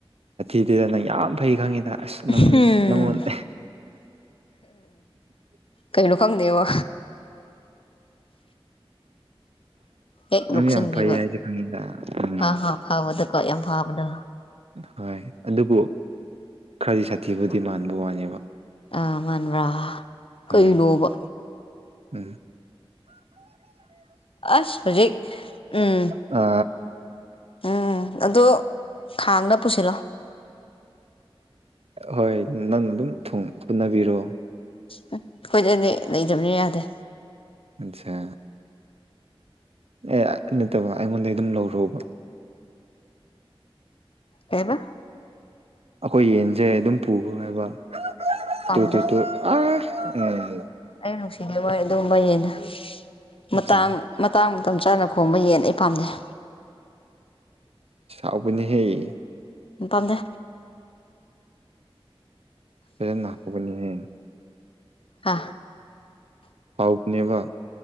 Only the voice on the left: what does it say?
ꯍꯝ
ꯀꯩꯩꯅꯣ ꯈꯪꯗꯦꯕꯣ ꯍꯦꯛ
ꯅꯣꯛꯁꯤꯟꯕꯤꯕ
ꯍꯥ ꯍꯥꯥ ꯐꯥꯕꯗꯀꯣ ꯌꯥꯝ ꯐꯥꯕꯗ
ꯑ ꯃꯟꯕ꯭ꯔꯥ ꯀꯩ
ꯂꯣꯕ
ꯑꯁ ꯍꯧꯖꯤꯩ ꯎꯝ
ꯎꯝ ꯑꯗꯣ ꯈꯥꯡꯗ ꯄꯨꯁꯤꯜꯂꯣ
ꯎ ꯑꯩꯈꯣꯏꯗꯗꯤ ꯂꯩꯇꯕꯅꯤ ꯌꯥꯗꯦ
ꯀꯕ
ꯄꯥꯝꯗ꯭ꯔꯦ
ꯅꯨꯡꯁꯤꯅꯦ ꯃꯣꯏ ꯑꯗꯨꯝꯕꯩꯌꯦꯅ ꯃꯇꯥꯡ
ꯃꯇꯥꯡ ꯃꯇꯝ ꯆꯥꯅ ꯈꯣꯡꯕ ꯌꯦꯟ ꯑꯩ ꯄꯥꯝꯖꯩ
ꯇꯗꯦ
ꯑ